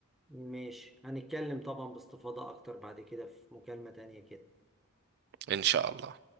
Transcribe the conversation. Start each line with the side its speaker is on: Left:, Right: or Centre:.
Centre: ماشي هنتكلم طبعا باستفاضة اكتر بعد كده في مكالمة تانية كده
Right: ان شاء الله